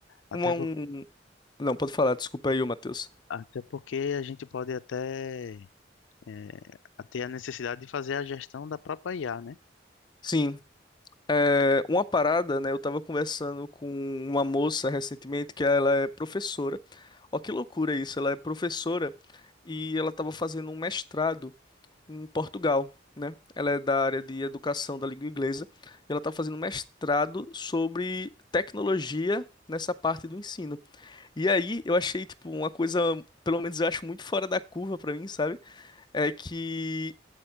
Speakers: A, on the left; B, on the left.
A: Até,
B: Um,
A: por-
B: Não, pode falar, desculpa aí, ô Matheus.
A: até porque a gente pode até é, ter a necessidade de fazer a gestão da própria IA, né?
B: Sim, é, uma parada, né? Eu tava conversando com uma moça recentemente que ela é professora. Ó, que loucura isso, ela é professora e ela tava fazendo um mestrado em Portugal, né? Ela é da área de educação da língua inglesa e ela tá fazendo um mestrado sobre tecnologia nessa parte do ensino. E aí eu achei, tipo, uma coisa, pelo menos eu acho muito fora da curva pra mim, sabe? É que.